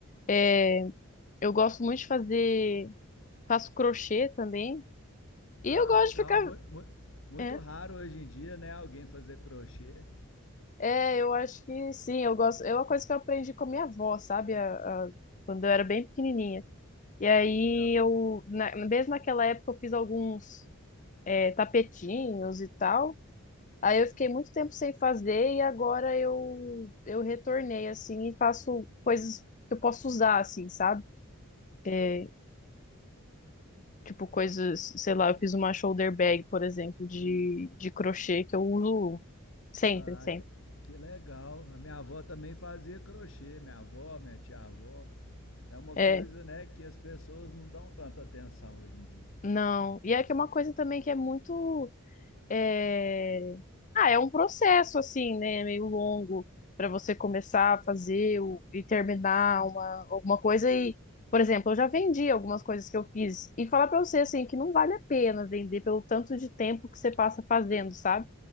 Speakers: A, on the left (about 35°); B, on the left (about 60°).
A: É, eu gosto muito de fazer faço crochê também.
B: Ah,
A: E eu gosto
B: legal.
A: de ficar.
B: Muito, muito, muito
A: É,
B: raro hoje em dia, né? Alguém fazer crochê.
A: é, eu acho que sim, eu gosto. É uma coisa que eu aprendi com a minha avó, sabe? A- a- quando eu era bem pequenininha. E aí
B: É.
A: eu, na- mesmo naquela época, eu fiz alguns é, tapetinhos e tal. Aí eu fiquei muito tempo sem fazer e agora eu, eu retornei, assim, e faço coisas que eu posso usar, assim, sabe? É, tipo coisas, sei lá, eu fiz uma shoulder bag, por exemplo, de, de crochê que eu uso sempre,
B: Ah,
A: sempre.
B: que, que legal. A minha avó também fazia crochê. Minha avó, minha tia-avó. É uma
A: É,
B: coisa, né, que as pessoas não dão tanta atenção hoje em dia.
A: Não. E é que é uma coisa também que é muito. é, Ah, é um processo, assim, né? É Meio longo para você começar a fazer o- e terminar uma, alguma coisa. E, por exemplo, eu já vendi algumas coisas que eu fiz. E falar para você, assim, que não vale a pena vender pelo tanto de tempo que você passa fazendo, sabe?